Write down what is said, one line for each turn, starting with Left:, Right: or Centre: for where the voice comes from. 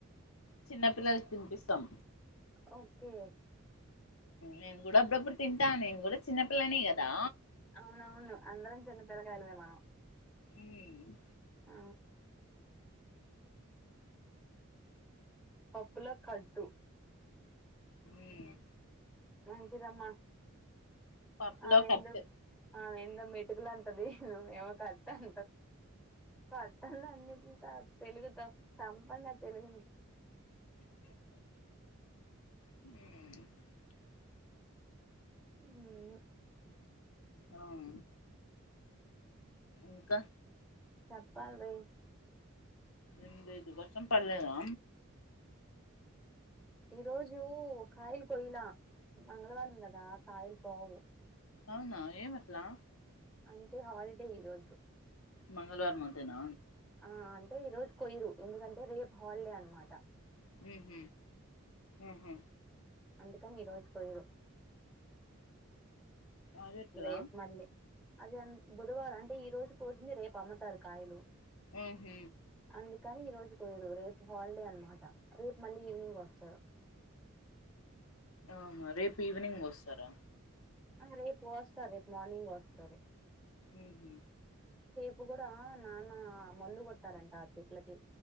Left: చిన్నపిిల్లలకి తినిపిస్తాం
Centre: ఓకే
Left: నేను కూడా అప్పుడప్పుడు తింటా నేను కూడా చిన్నపిిల్లనే కదా
Centre: అవునవును అందరం చిన్నపిల్లకాయలుమే మనం
Left: మ్
Centre: ఆ పప్పుల కడ్టు
Left: మ్
Centre: మంచిదమ్మా
Left: పప్పులో
Centre: ఆమెెందో
Left: కట్టు
Centre: ఆమెెందో మిట్కులంటది నువ్ ఏమొ కట్ అం కొత్తంది అన్నింటితో తెలుగుతో చంపండి ఆ తెలుగును
Left: ఆ
Centre: మ్
Left: అవ్ ఇంకా
Centre: చెప్పండి
Left: ఏం లేదు వర్షం పడలేదా
Centre: ఈరోోజు కాయలు కొయలే మంగళవారం కదా కాయలు పోవు
Left: అవునా ఏంమట్లా
Centre: అంటే హాలిడే ఈరోోజు
Left: మంగళవారం మంతేనా
Centre: ఆ అంటే ఈ రోజు కొయరు ఎందుకంటే రేపు హాలిడే అనమాట
Left: మ్ హు ఆహా
Centre: అందుకని ఈ రోజు కోయరు
Left: అదెట్లా
Centre: రేపు మళ్ళీ అది అం బుధవారం అంటే ఈ రోజు కోసింది రేపు అమ్ముతారు కాయలు
Left: మ్ హు
Centre: అందుకని ఈ రోజు కోయరు రేపు హాలిడే అన్నమాట రేపు మళ్ళీ ఈవినింగ్ కోస్తారు
Left: ఆహా రేపు ఈవినింగ్ కోస్తారా
Centre: ఆ రేపు కోస్తా రేపు మార్నింగ్ కోస్తారు
Left: మ్ హు
Centre: ఇప్పుడు కూడా నాన్న మందు కొట్టాలంట ఆ చేట్లకి